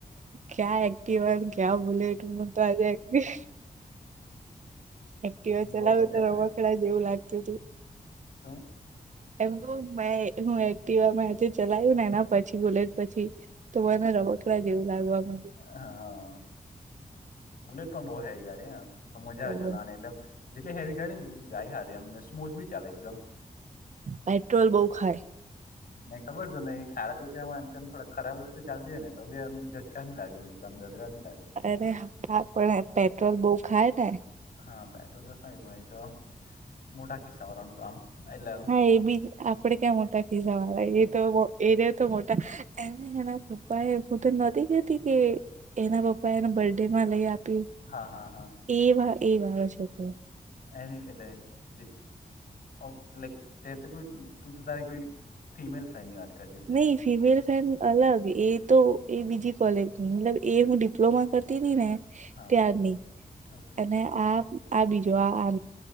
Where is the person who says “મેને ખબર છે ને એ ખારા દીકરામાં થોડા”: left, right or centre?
Left